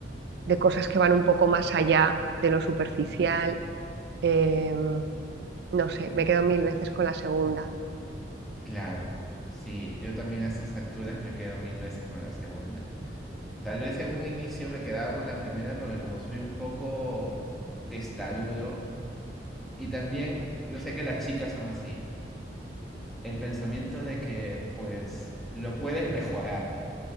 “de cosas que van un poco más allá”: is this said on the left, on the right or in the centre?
Right